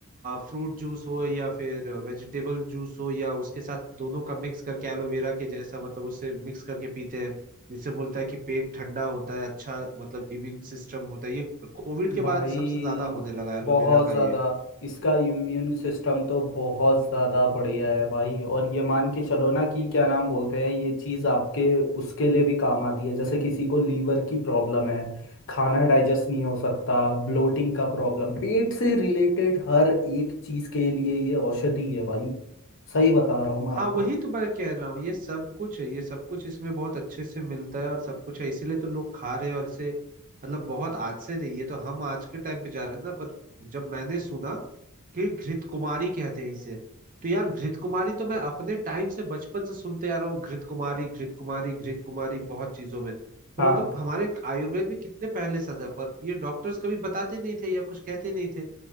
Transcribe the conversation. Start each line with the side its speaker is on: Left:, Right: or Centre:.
Right: फ्रूट जूस हो या फिर वेजिटेबल जूस हो या उसके साथ दोनों का मिक्स करके एलोवेरा के जैसा मतलब उससे मिक्स करके पीते हैं जिससे बोलता है कि पेट ठंडा होता है अच्छा मतलब इम्यून सिस्टम होता है ये कोविड के
Left: भाई
Right: बाद सबसे ज्यादा होने लगा एलोवेरा
Left: बहुत
Right: का
Left: ज़्यादा
Right: ये
Left: इसका इम्यून सिस्टम तो बहुत ज़्यादा बढ़िया है भाई और ये मान के चलो ना कि क्या नाम बोलते हैं ये चीज़ आपके उसके लिए भी काम आती है जैसे किसी को लीवर की प्रॉब्लम है खाना डाइजेस्ट नहीं हो सकता ब्लोटिंग का प्रॉब्लम पेट से रिलेटेड हर एक चीज़ के लिए ये औषधि है भाई सही बता रहा हूँ मैं आपको
Right: हाँ वही तो मैं कह रहा हूँ ये सब कुछ है ये सब कुछ इसमें बहुत अच्छे से मिलता है और सब कुछ है इसीलिए तो लोग खा रहे हैं और इसे मतलब बहुत आज से नहीं ये तो हम आज के टाइम पे जा रहे हैं ना पर जब मैंने सुना कि घृत कुमारी कहते हैं इसे तो यार घृत कुमारी तो मैं अपने टाइम से बचपन से सुनते आ रहा हूँ घृत कुमारी घृत कुमारी घृत कुमारी बहुत चीजों में तो
Left: हाँ
Right: मतलब हमारे आयुर्वेद में कितने पहले से था पर ये डॉक्टर्स कभी बताते नहीं थे या कुछ कहते नहीं थे